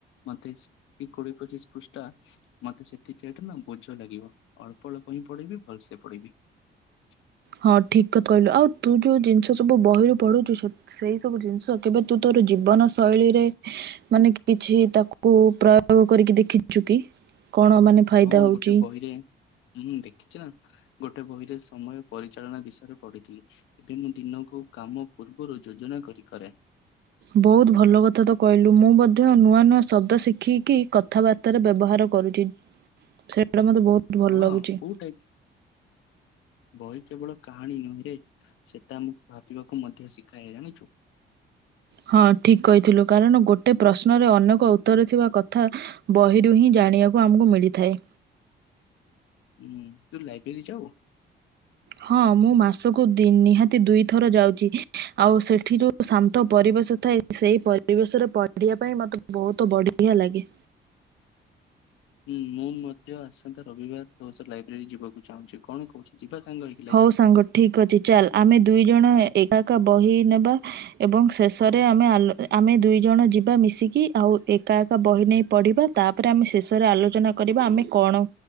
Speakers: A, on the left; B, on the right.
A: ମତେ, ଏଇ କୋଡ଼ିଏ ପଚିଶ ପୃଷ୍ଠା ମତେ ସେତିି ଏଟା ନା ବୋଝ ଲାଗିବ, ଅଳ୍ପ ଅଳ୍ପ ହିଁ ପଢିବି ଭଲସେ ପଢିବି। <unintelligible>
B: ହଁ ଠିକ ତ କହିଲୁ, ଆଉ ତୁ ଯୋଉ ଜିନିଷ ସବୁ ବହିରୁ ପଢ଼ୁ ସେଇ ସବୁ ଜିନିଷ କେବେ ତୁ ତୋର ଜୀବନ ଶୈଳୀରେ ମାନେ କିଛି ତାକୁ ପ୍ରୟୋଗ କରିକି ଦେଖିଛୁ କି? କଣ ମାନେ ଫାଇଦା
A: ହଁ,
B: ହଉଛି
A: ଗୋଟେ ବହିରେ ହୁଁ ଦେଖିଛି ନା, ଗୋଟେ ବହିରେ ସମୟ ପରିଚାଳନା ବିଷୟରେ ପଢିଥିଲି। ଏବେ ମୁଁ ଦିନକୁ କାମ ପୂର୍ବରୁ ଯୋଜନା କରି କରେ।
B: ବହୁତ ଭଲ କଥା ତ କହିଲୁ, ମୁଁ ମଧ୍ୟ ନୂଆ ନୂଆ ଶବ୍ଦ ଶିଖିକି କଥାବାର୍ତ୍ତା ହାତରେ ବ୍ୟବହାର କରୁଚି ସେଇଟା ମତେ ବୋହୁତ ଭଲ
A: ହଁ
B: ଲାଗୁଛି।
A: କୋଉଟା କି? ବହି କେବଳ କାହାଣୀ ନୁହେଁ ରେ ସେଟା ଆମକୁ ଭାବିବାକୁ ମଧ୍ୟ ଶିଖାଏ ଜାଣିଛୁ।
B: ହଁ ଠିକ କହିଥିଲୁ, କାରଣ ଗୋଟେ ପ୍ରଶ୍ନରେ ଅନେକ ଉତ୍ତର ଥିବା କଥା ବହିରୁ ହିଁ ଜାଣିବାକୁ ଆମକୁ ମିଳିଥାଏ।
A: ହୁଁ ତୁ ଲାଇବ୍ରେରୀ ଯାଉ?
B: ହଁ ମୁଁ ମାସକୁ ଦି ନିହାତି ଦୁଇଥର ଯାଉଛି। ଆଉ ସେଠି ଯୋଉ ଶାନ୍ତ ପରିବେଶ ଥାଏ ସେଇ ପରିବେଶରେ ପଢିବା ପାଇଁ ମତେ ବହୁତ ବଢିଆ ଲାଗେ।
A: ହୁଁ ମୁଁ ମଧ୍ୟ ଆସନ୍ତା ରବିବାର ତୋ ସହ ଲାଇବ୍ରେରୀ ଯିବାକୁ ଚାହୁଁଛି, କଣ କହୁଛୁ ଯିବା ସାଙ୍ଗ ହେଇ
B: ହଉ ସାଙ୍ଗ ଠିକ ଅଛି ଚାଲ ଆମେ ଦୁଇ ଜଣ ଏ ଏକା ଏକ ବହି ନେବା ଏବଂ ଶେଷରେ ଆମେ ଆଲୋ ଆମେ ଦୁଇ ଜଣ ଯିବା ମିଶିକି ଆଉ ଏକା ଏକା ବହି ନେଇ ପଢ଼ିବା ତାପରେ ଆମେ ଶେଷରେ ଆଲୋଚନା କରିବା ଆମେ କଣ